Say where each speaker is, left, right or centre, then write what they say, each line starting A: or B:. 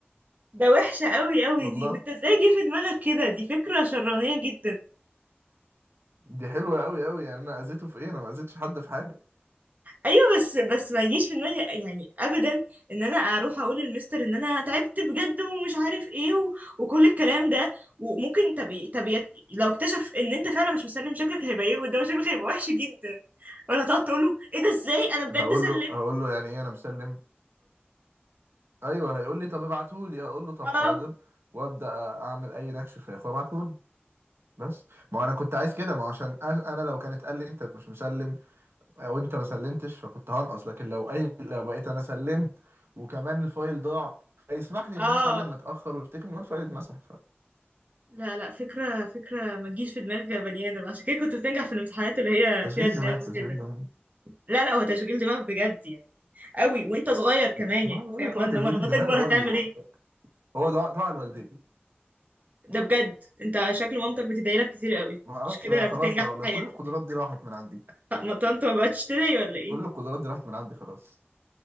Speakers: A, on the right; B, on the right.
A: ده وحشة قوي قوي
B: والله
A: دي وانت ازاي جه في دماغك كده دي فكرة شرانية جدا
B: دي حلوه قوي قوي يعني انا اذيته في ايه انا ما اذيتش حد في حاجه
A: ايوه بس بس ما يجيش في دماغي يعني ابدا ان انا اروح اقول للمستر ان انا تعبت بجد ومش عارف ايه و... وكل الكلام ده وممكن طب طب يت- لو اكتشف ان انت فعلا مش مسلم شكلك هيبقى ايه قدامه شكلك هيبقى وحش جدا ولا هتقعد تقول له ايه ده ازاي انا بجد
B: هقول
A: سلمت
B: له هقول له يعني ايه انا مسلم ايوه هيقول لي طب ابعتهولي هقول له طب
A: اه
B: حاضر وابدا اعمل اي نكش فراخ وابعتهولي بس ما هو انا كنت عايز كده ما هو عشان أ- انا لو كانت قال لي انت مش مسلم او انت ما سلمتش فكنت هنقص لكن لو اي لو بقيت انا سلمت وكمان الفايل ضاع يسمح لي ان
A: اه
B: انا اسلم متاخر ويفتكر ان هو الفايل اتمسح
A: لا لا فكره فكره ما تجيش في دماغ بني ادم عشان كده كنت بتنجح في الامتحانات اللي هي
B: فتشغيل
A: فيها دماغ
B: دماغ تشغيل
A: وكده
B: دماغ
A: لا لا هو تشغيل دماغ بجد يعني قوي وانت صغير كمان
B: ما
A: يعني
B: بقول
A: فاهم
B: لك
A: ما
B: هو
A: إنما
B: تشغيل
A: لما
B: الدماغ
A: تكبر
B: هو
A: هتعمل
B: ال...
A: ايه
B: هو دعاء دعاء الوالدين
A: ده بجد انت شكل مامتك بتدعي لك كتير قوي
B: ما اعرفش
A: مش كده
B: بقى
A: بتنجح
B: خلاص لا
A: في
B: والله
A: حياتك
B: كل القدرات دي راحت من عندي
A: طب ما طنط ما بقتش تدعي ولا ايه
B: كل القدرات دي راحت من عندي خلاص